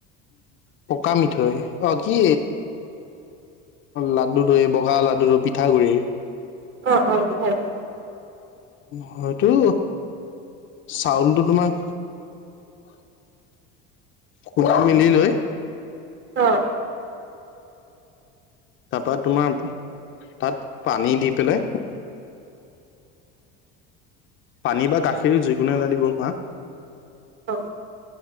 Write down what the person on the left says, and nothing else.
পকা মিঠৈ অ', কি লাডুটো, এই বগা লাডুটো পিঠাগুৰিৰ
হয়টো, চাউলটো তোমাক খুন্দি মেলি লৈ
তাৰপা তোমাৰ তাত পানী দি পেলাই পানী বা গাখীৰ যিকোনো এটা দিব পাৰা।